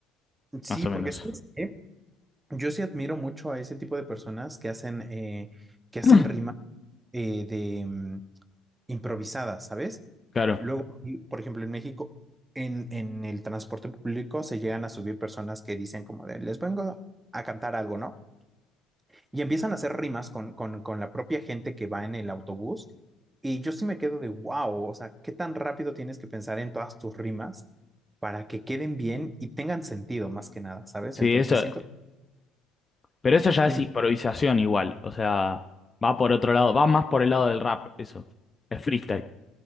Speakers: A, on the right; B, on the left.
A: Sí,
B: más o
A: porque
B: menos.
A: ¿sabes qué? Yo sí admiro mucho a ese tipo de personas que hacen, eh, que hacen
B: <clears throat>
A: rimas eh, de mm, improvisadas, ¿sabes?
B: Claro.
A: Luego, y, por ejemplo, en México, en, en el transporte público se llegan a subir personas que dicen como de, les vengo a cantar algo, ¿no? Y empiezan a hacer rimas con, con, con la propia gente que va en el autobús. Y yo sí me quedo de wow, o sea, qué tan rápido tienes que pensar en todas tus rimas para que queden bien y tengan sentido más que nada, ¿sabes?
B: Sí,
A: Entonces
B: eso
A: siento,
B: Pero eso ya
A: dime,
B: es improvisación igual, o sea, va por otro lado, va más por el lado del rap, eso. Es freestyle.